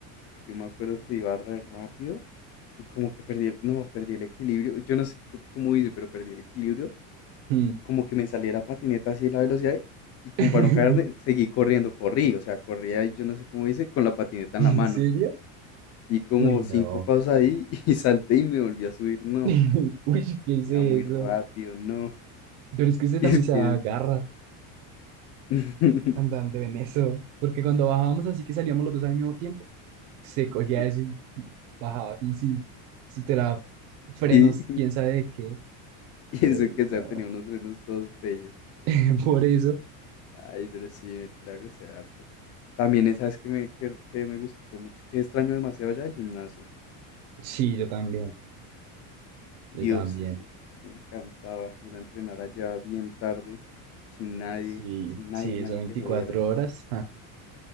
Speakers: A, on the left; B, on the right.
A: Yo me acuerdo que iba re rápido y como que perdí el, no, perdí el equilibrio. Yo no sé c- cómo hice, pero perdí el equilibrio
B: mm.
A: como que me saliera patineta así la velocidad y como
B: <laughs>
A: para no caerme, seguí corriendo, corrí, o sea, corría y yo no sé cómo hice, con la patineta
B: ¿En
A: en la mano.
B: serio?
A: Di como
B: Uy,
A: cinco
B: no.
A: pasos ahí <laughs> y salté y me volví a subir, no,
B: <laughs> Uy, ¿qué es
A: ya
B: eso?
A: muy rápido, no.
B: Pero es
A: <laughs>
B: que usted
A: Y
B: también
A: es
B: se
A: que...
B: agarra
A: <laughs>
B: andando en eso. Porque cuando bajábamos así que salíamos los dos al mismo tiempo, se cogía
A: sí,
B: eso y bajaba como si se tuviera frenos,
A: Y, <laughs>
B: quién sabe de qué. Yo,
A: y eso que ya
B: no.
A: tenía unos frenos todos bellos.
B: <laughs> Por eso.
A: Ay, pero sí, el lago se harto. También, ¿sabes que me, que, que me gustó mucho? Que extraño demasiado ya el gimnasio.
B: Sí, yo también. Yo
A: Dios,
B: también.
A: ese me encantaba ir a entrenar allá bien tarde, sin nadie,
B: Sí,
A: sin
B: sí,
A: nadie, nadie
B: eso 24
A: que jodiera,
B: horas. ah.